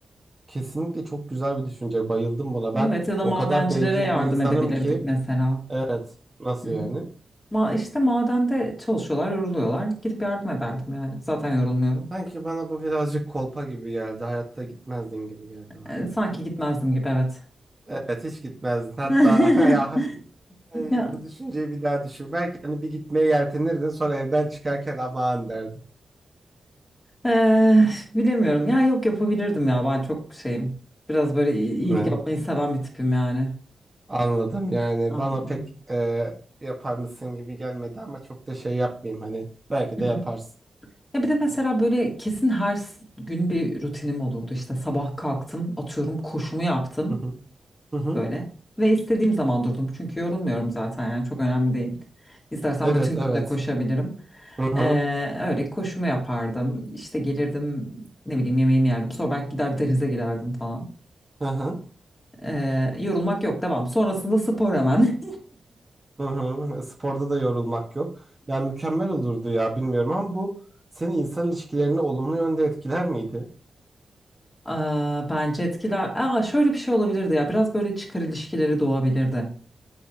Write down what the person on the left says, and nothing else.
Evet ya da
madencilere
yardım
edebilirdik
mesela.
Hı
hı. Ma işte madende çalışıyorlar, yoruluyorlar. Gidip yardım ederdim yani. Zaten yorulmuyorum.
E, sanki gitmezdim gibi evet.
<laughs>
Ya
eee, bilemiyorum. Ya yok yapabilirdim ya. Ben çok şeyim. Biraz böyle i- iyilik
yapmayı seven bir tipim yani.
Aynen.
aynen.
Hı
hı. Ya bir de mesela böyle kesin her s- gün bir rutinim olurdu. İşte sabah kalktım, atıyorum koşumu yaptım.
böyle. Ve istediğim zaman durdum. Çünkü yorulmuyorum zaten yani çok önemli değil. İstersen
bütün
gün de koşabilirim.
Ee,
öyle koşumu yapardım. İşte gelirdim ne bileyim yemeğimi yerdim. Sonra belki gider denize girerdim falan.
Ee, yorulmak yok devam. Sonrasında spor hemen.
<laughs> Aa, bence etkiler. Aa, şöyle bir şey olabilirdi ya. Biraz böyle çıkar ilişkileri doğabilirdi